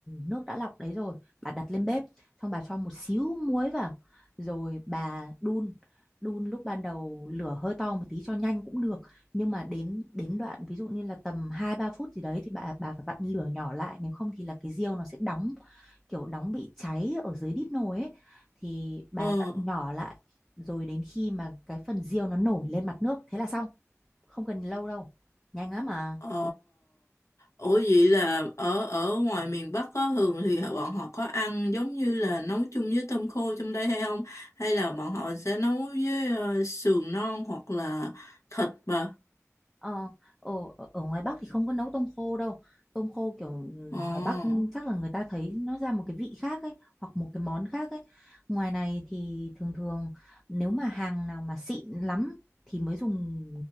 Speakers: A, in the centre; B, on the left.
A: nước đã lọc đấy rồi bà đặt lên bếp xong bà cho một xíu muối vào rồi bà đun đun lúc ban đầu lửa hơi to một tí cho nhanh cũng được nhưng mà đến đến đoạn ví dụ như là tầm 2 3 phút gì đấy thì bà bà phải vặn lửa nhỏ lại nếu không thì là cái riêu nó sẽ đóng kiểu đóng bị cháy ở dưới đít nồi ấy thì bà
B: Ờ
A: vặn nhỏ lại rồi đến khi mà cái phần riêu nó nổi lên mặt nước thế là xong không cần lâu đâu nhanh lắm mà
B: Ờ Ủa vậy là ở ở ngoài miền Bắc có thường thì bọn họ có ăn giống như là nấu chung với tôm khô trong đây hay không Hay là bọn họ sẽ nấu với ờ, sườn non hoặc là thịt bà
A: Ờ, ở, ở ngoài Bắc thì không có nấu tôm khô đâu. Tôm khô kiểu ừ,
B: Ồ,
A: ngoài Bắc chắc là người ta thấy nó ra một cái vị khác ấy, hoặc một cái món khác ấy. Ngoài này thì thường thường nếu mà hàng nào mà xịn lắm thì mới dùng